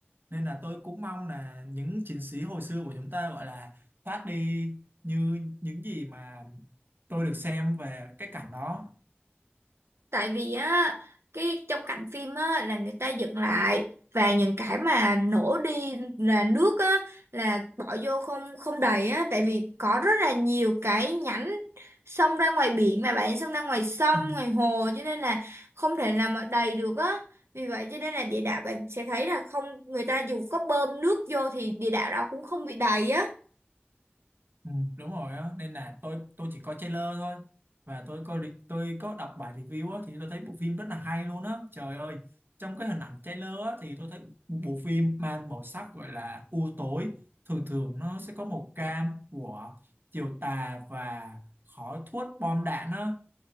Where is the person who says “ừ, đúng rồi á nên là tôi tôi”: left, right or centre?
Right